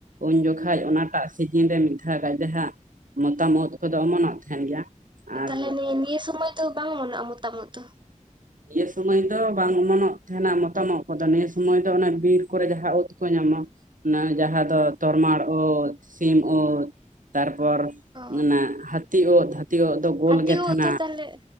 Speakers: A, on the right; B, on the right.
A: ᱩᱱ ᱡᱚᱠᱷᱟᱡ ᱚᱱᱟᱴᱟᱜ ᱫᱤᱱ ᱨᱮ ᱢᱤᱫ ᱫᱷᱟᱣ ᱜᱟᱡ ᱫᱚ ᱡᱟᱦᱟᱸᱜ ᱢᱚᱛᱟᱢ ᱳᱫ ᱠᱚᱫᱚ ᱚᱢᱚᱱᱚᱜ ᱛᱟᱦᱮᱱ ᱜᱮᱭᱟ ᱟᱨ
B: ᱛᱟᱦᱚᱞᱮ ᱱᱤᱭᱟᱹ ᱥᱚᱢᱚᱭ ᱫᱚ ᱵᱟᱝ ᱚᱢᱚᱱ ᱱᱚᱣᱟ ᱢᱚᱛᱟᱢ ᱩᱫ ᱫᱚ ᱾
A: ᱱᱤᱭᱟᱹ ᱥᱩᱢᱚᱭ ᱫᱚ ᱵᱟᱝ ᱚᱢᱚᱱᱚᱜ ᱛᱟᱦᱮᱱᱟ ᱢᱚᱛᱟᱢᱚ ᱩᱫ ᱠᱚᱫᱚ ᱱᱤᱭᱟᱹ ᱥᱚᱢᱚᱭ ᱫᱚ ᱚᱱᱟ ᱵᱤᱨ ᱠᱚᱨᱮ ᱡᱟᱦᱟᱸ ᱩᱫ ᱠᱚ ᱧᱟᱢᱚᱜ ᱾ ᱚᱱᱟ ᱡᱟᱦᱟᱸ ᱫᱚ ᱛᱚᱨᱢᱟᱨ ᱩᱫ, ᱥᱤᱢ ᱩᱫ, ᱛᱟᱨᱯᱚᱨ
B: ᱚ
A: ᱚᱱᱟ ᱦᱟᱹᱛᱤ ᱚᱛ ᱦᱟᱹᱛᱤ ᱚᱛ ᱫᱚ ᱜᱳᱞ
B: ᱦᱟᱹᱛᱤ
A: ᱜᱮ
B: ᱵᱚᱛᱚᱨ
A: ᱛᱟᱦᱮᱱᱟ
B: ᱛᱟᱦᱚᱞᱮ